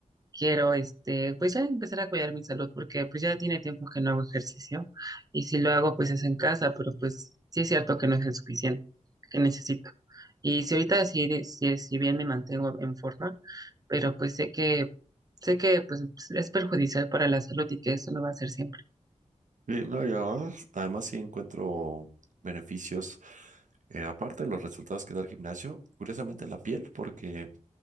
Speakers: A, on the right; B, on the right.
A: quiero, este, pues ya empezar a cuidar mi salud, porque pues ya tiene tiempo que no hago ejercicio y si lo hago, pues es en casa, pero pues sí es cierto que no es el suficiente que necesito. Y si ahorita sí, de- sí- si bien me mantengo en forma, pero pues sé que, sé que pues es perjudicial para la salud y que eso no va a ser siempre.
B: Sí, no, y además, además sí encuentro beneficios, eh, aparte de los resultados que da el gimnasio, curiosamente en la piel, porque